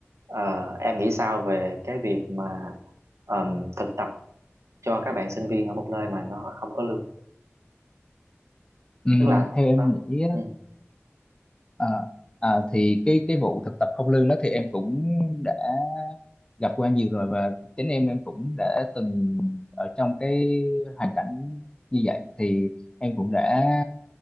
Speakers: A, on the right; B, on the left.
A: Ờ, em nghĩ sao về cái việc mà ờm, thực tập cho các bạn sinh viên ở một nơi mà nó không có lương
B: Ừm,
A: tức là
B: theo em
A: nó
B: nghĩ á,
A: ừ
B: à, à, thì cái cái vụ thực tập không lương đó thì em cũng đã gặp qua nhiều rồi và chính em em cũng đã từng ở trong cái hoàn cảnh như vậy thì em cũng đã